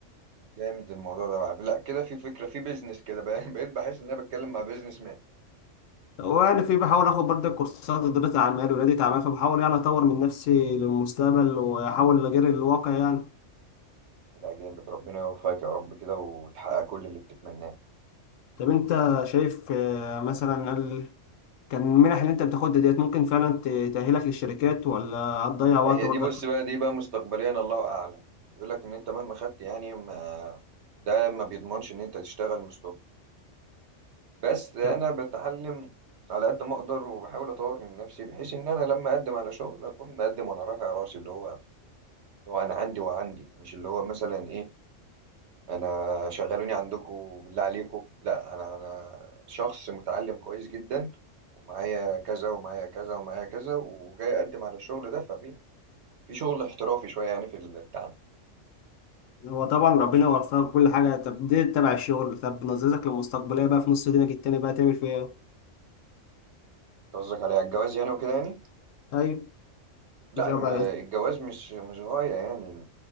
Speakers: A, on the right; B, on the left.
A: جامد الموضوع ده بقى لا كده في فكرة في بيزنس كده بقى- <laughs> بقيت بحس ان انا بتكلم مع بيزنس مان
B: وأنا في بحاول آخد برضه كورسات إدارة أعمال وريادة أعمال فبحاول يعني أطور من نفسي للمستقبل وأحاول أجري الواقع يعني
A: لا جامد ربنا يوفقك يا رب كده وتحقق كل اللي بتتمناه
B: طب أنت شايف آه، مثلا كان المنح اللي انت بتاخدها ديت ممكن فعلا ت- تأهلك للشركات ولا هتضيع
A: لا
B: وقت
A: هي
B: برضك
A: دي بص
B: في
A: بقى دي بقى مستقبليا الله اعلم يقول لك ان انت مهما خدت يعني ما ده ما بيضمنش ان انت تشتغل مستقبل بس انا
B: الكتاب؟
A: بتعلم على قد ما اقدر وبحاول اطور من نفسي بحيث ان انا لما اقدم على شغل اكون مقدم وانا رافع راسي اللي هو اللي هو انا عندي وعندي مش اللي هو مثلا ايه انا شغلوني عندكم بالله عليكم لا انا انا شخص متعلم كويس جدا ومعايا كذا ومعايا كذا ومعايا كذا وجاي اقدم على الشغل ده ففي في شغل احترافي شويه يعني في التعامل
B: هو طبعا ربنا يوفقك كل حاجة طب دي تبع الشغل طب نظرتك للمستقبلية بقى في نص دينك التاني بقى تعمل فيها ايه؟
A: قصدك على الجواز يعني وكده يعني
B: أيوة
A: لا
B: مش هبقى
A: انا ما الجواز مش مش غاية يعني